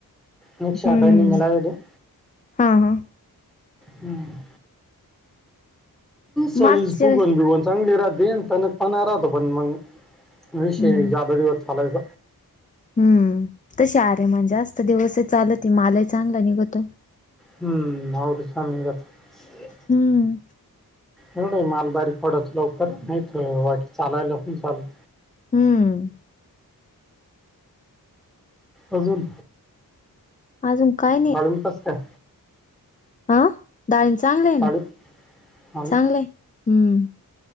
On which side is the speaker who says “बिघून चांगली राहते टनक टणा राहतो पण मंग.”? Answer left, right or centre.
Centre